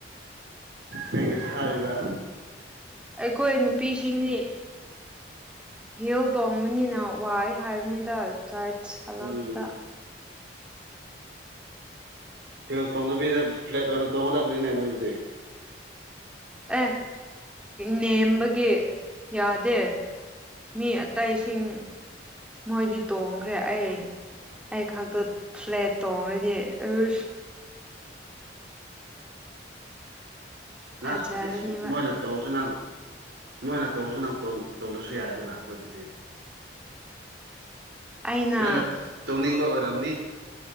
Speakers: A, on the right; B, in the centre.
A: ꯀꯩꯒꯤ ꯄꯣꯊꯥꯕꯤꯕ
B: ꯑꯩꯈꯣꯏ ꯅꯨꯄꯤꯁꯤꯡꯗꯤ ꯍꯤꯜ ꯇꯣꯡꯕꯅꯤꯅ ꯋꯥꯏ ꯍꯥꯏꯕꯅꯤꯗ ꯆꯔꯠꯁ ꯍꯜꯂꯥꯛꯄꯗ
A: ꯎꯝ ꯍꯤꯜꯁ ꯇꯣꯡꯗꯕꯤꯗ ꯐ꯭ꯂꯦꯠ ꯑꯣꯏꯅ ꯇꯣꯡꯒꯗꯕꯅꯤꯅꯦ ꯑꯗꯨꯗꯤ
B: ꯑꯦ ꯅꯦꯝꯕꯒꯤ ꯌꯥꯗꯦ ꯃꯤ ꯑꯇꯩꯁꯤꯡ ꯃꯣꯏꯗꯤ ꯇꯣꯡꯈ꯭ꯔꯦ ꯑꯩ ꯑꯩ ꯈꯛꯇ ꯐ꯭ꯂꯦꯠ ꯇꯣꯡꯔꯗꯤ ꯑꯩꯁ ꯐꯖꯔꯅꯦꯕ
A: ꯅꯪ ꯏꯁ ꯃꯣꯏꯅ ꯇꯣꯡꯔꯁꯨ ꯅꯪ ꯃꯣꯏꯅ ꯇꯣꯡꯉꯁꯨ ꯅꯪ ꯇꯣꯡꯗ꯭ꯔꯁꯨ ꯌꯥꯏꯗꯅ ꯑꯗꯨꯕꯨꯗꯤ
B: ꯑꯩꯅ
A: ꯅꯪꯅ ꯇꯣꯡꯅꯤꯡꯕ ꯑꯣꯏꯔꯝꯅꯤ